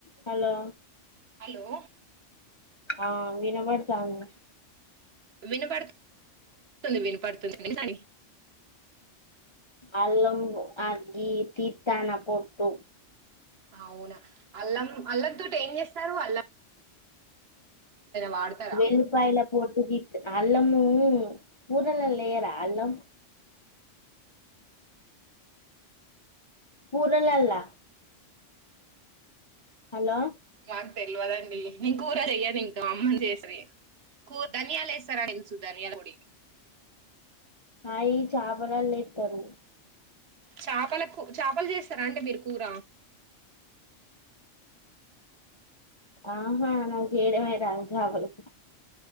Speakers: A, on the left (about 30°); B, on the right (about 60°).
A: hello
B: hello
A: ఆ వినపడుతాంది
B: వినపడుతు తుంది వినపడుతుంది వినండి
A: అల్లం ఆగి తీతాన పోట్టు
B: అవునా అల్లాం అల్లం తోటి ఏం చేస్తారు అల్ల వాడతారా
A: వెల్లుపాయల పొట్టు తీస్తా అల్లము కూరలల లేయ రా అల్లం కూరల్లల హలో
B: నాకు తెల్వదండి నేను కూర చెయ్యను ఇంకా అమ్మనే చేస్తది కూ ధన్యాలు ఏస్తారా సు ధనియాల పొడి
A: అయి చాపలలు ఏస్తారు
B: చేపలకు చేపలు చేస్తారాండి మీరు కూర
A: ఆహా నాకు చేయడేమే రాదు చాపల కూర